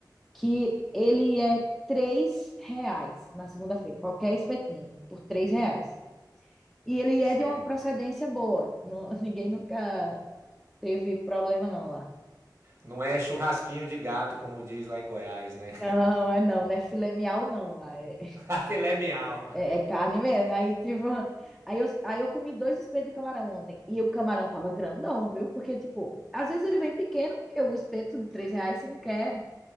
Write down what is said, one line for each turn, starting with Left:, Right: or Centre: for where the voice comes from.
Centre: que ele é três reais na segunda-feira. Qualquer espetinho, por três reais. E ele
Right: Sério.
Centre: é de uma procedência boa. Não- <laughs> ninguém nunca teve problema, não, lá.
Right: Não é churrasquinho de gato, como diz lá em Goiás, né?
Centre: Não, é não, não é filé mignon, não. Lá. É,
Right: <laughs> A Filé miau.
Centre: é- é carne mesmo. Aí, tipo, <laughs> aí eu, aí eu comi dois espetos de camarão ontem. E o camarão tava grandão, viu? Porque, tipo, às vezes ele vem pequeno, porque o espeto de três reais você não quer